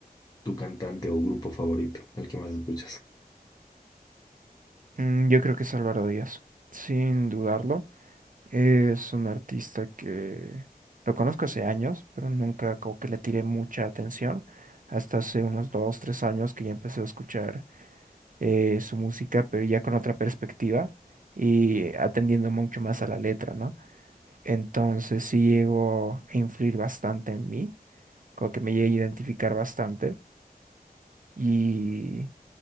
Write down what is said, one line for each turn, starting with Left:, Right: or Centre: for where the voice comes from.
Left: tu cantante o grupo favorito, el que más escuchas?
Right: Mm, yo creo que es Álvaro Díaz, sin dudarlo. Es un artista que lo conozco hace años, pero nunca como que le tiré mucha atención. Hasta hace unos dos, tres años que ya empecé a escuchar eh, su música, pero ya con otra perspectiva y atendiendo mucho más a la letra, ¿no? Entonces sí llegó a influir bastante en mí, como que me llegué a identificar bastante. Y,